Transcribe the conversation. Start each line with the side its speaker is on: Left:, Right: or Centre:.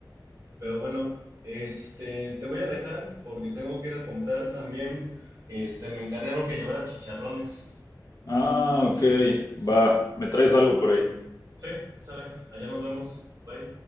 Right: Pero bueno, este, te voy a dejar porque tengo que ir a comprar también. Este, me encargaron que llevara chicharrones.
Left: Ah, ok, va. Me traes algo por ahí.
Right: Sí, sale, allá nos vemos. Bye.